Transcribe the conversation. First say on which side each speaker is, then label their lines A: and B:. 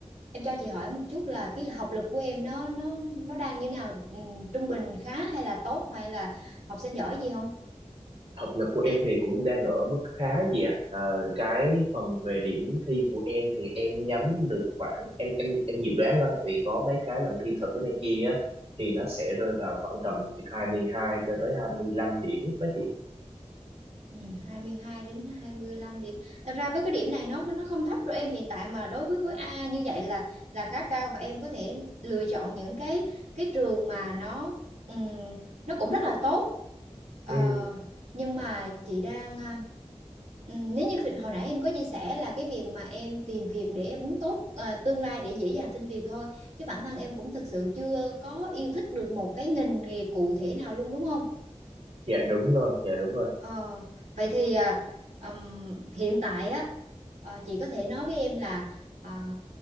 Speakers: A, on the right; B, on the right.
A: em cho chị hỏi một chút là cái học lực của em nó nó nó đang như nào Ừ, trung bình khá hay là tốt hay là học sinh giỏi gì
B: Học lực của em thì cũng đang ở mức khá chị ạ. Ờ, cái phần về điểm thi của em thì em nhắm được khoảng em em em dự đoán thôi tại vì có mấy cái lần thi thử này kia á thì nó sẽ rơi vào khoảng tầm 22 cho tới 25 điểm đó chị.
A: Ừ, 22 đến 25 điểm. Thật ra với cái điểm này nó nó không thấp đâu em hiện tại mà đối với khối A như vậy là là khá cao và em có thể lựa chọn những cái cái trường mà nó ừm, nó cũng rất là tốt. Ờ,
B: Ừ,
A: nhưng mà chị đang à, ừm, nếu như khi- hồi nãy em có chia sẻ là cái việc mà em tìm việc để em muốn tốt à, tương lai để dễ dàng xin việc thôi chứ bản thân em cũng thực sự chưa có yêu thích được một cái ngành nghề cụ thể nào luôn đúng không?
B: dạ đúng rồi, dạ đúng rồi.
A: Ờ, vậy thì à, ừm, hiện tại á ờ, chị có thể nói với em là à,